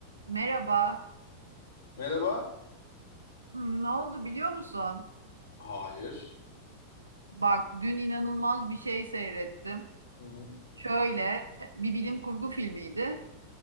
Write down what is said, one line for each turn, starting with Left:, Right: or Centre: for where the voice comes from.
Right: Merhaba.
Left: Merhaba.
Right: Hmm, Ne oldu biliyor musun?
Left: Hayır.
Right: Bak dün inanılmaz bir şey seyrettim.
Left: Hı hı.
Right: Şöyle bir bilim kurgu filmiydi.